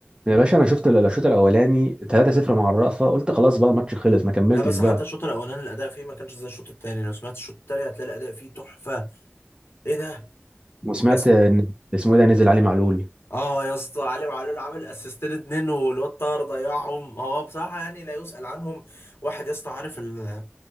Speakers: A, on the right (about 25°); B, on the left (about 80°).
A: يا باشا انا شفت ال- الشوط الاولاني 3-0 مع الرأفة قلت خلاص بقى الماتش خلص ما كملتش
B: لا بس
A: بقى
B: حتى الشوط الأولاني الأداء فيه ما كانش زي الشوط التاني لو سمعت الشوط التاني هتلاقي الأداء فيه تحفة إيه ده
A: وسمعت
B: يا اسطى
A: ان اسمه ايه ده نزل علي معلول
B: اه يا اسطى علي معلول عامل اسيستين اتنين والواد طاهر ضيعهم هو بصراحة يعني لا يسأل عنهم واحد يا اسطى عارف ال